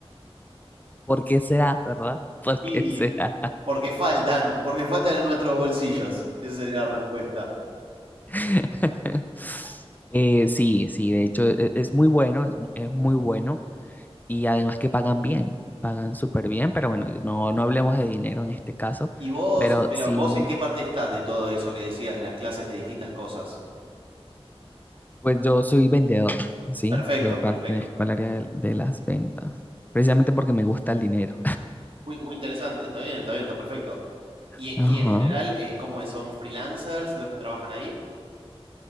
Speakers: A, on the left; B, on the right.
A: ¿Por qué será, verdad? <laughs> ¿Por
B: Y,
A: qué será?
B: y porque faltan, porque faltan en nuestros bolsillos. Esa sería la respuesta.
A: <laughs> Eh, sí, sí, de hecho e- es, muy bueno, es, es muy bueno y además que pagan bien, pagan súper bien, pero bueno, no, no hablemos de dinero en este caso,
B: Y vos,
A: pero
B: pero
A: sí,
B: vos en qué parte estás de todo eso que decías de las clases de distintas cosas.
A: pues yo soy vendedor, ¿sí?
B: Perfecto,
A: Yo pertenezco
B: perfecto.
A: al área de, de las ventas, precisamente porque me gusta el dinero.
B: Muy, muy interesante, está bien, está bien, está perfecto.
A: <laughs>
B: Y,
A: Ajá.
B: y en general, eh, ¿cómo es? ¿Son freelancers los que trabajan ahí?